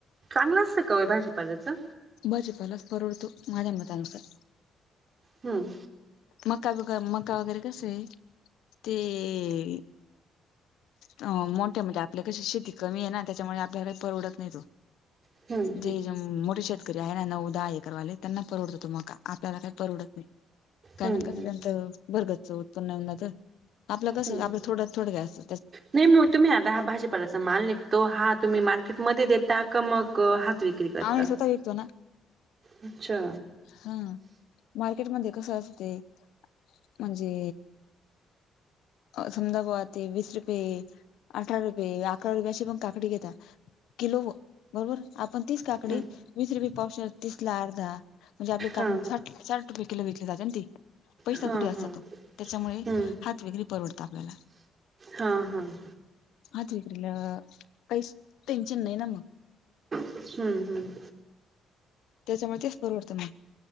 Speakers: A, on the right; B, on the left.
A: चांगलं असतं का ओ हे भाजीपाल्याचं?
B: भाजी-पालाच परवडतो माझ्या मतानुसार.
A: हम्म.
B: मका बिगर मका वगैरे कसं हे? ते मोठ्या म्हणजे आपल्या कशी शेती कमी हे ना त्याच्यामुळे आपल्याला काही परवडत नाही तो.
A: हम्.
B: जे जेगं मोठे शेतकरी आहे ना, नऊ- दहा ऐकरवाले त्यांना परवडतो तो मका आपल्याला काही परवडत नाही. कारण
A: हम्म
B: कसं त्याचं भरगच उत्पन्न येऊन जात. आपलं कसं
A: हम्म
B: आपलं थोड्यात थोडं अस
A: नाही म तुम्ही आता हा भाजी थोडासा माल निघतो, हा तुम्ही मार्केट मध्ये देता का मग हात विक्री करता?
B: आम्ही स्वतः विकतो
A: अच्छा!
B: हम्म, मार्केट मध्ये कसं असत ते म्हणजे समजा बॉ ते वीस रुपये, अठरा रुपये, अकरा रुपये अशी पण काकडी घेतात किलो बरोबर. आपण तीच काकडी
A: हा
B: वीस रुपये पावशेर, तीसला अर्धा म्हणजे आपली
A: हा
B: काकडी साठ- साठ रुपये किलो विकली जाते ना ती. पैसा
A: हा
B: कुठे असतात,
A: हा
B: त्याच्यामुळे
A: हम्म
B: हात विक्री परवडतो आपल्याला.
A: हा हम्म.
B: अ इ्रला पैसाच टेन्शन नाही न मग
A: हम्म हम्म.
B: त्याच्यामुळे तेच परवडत नाही.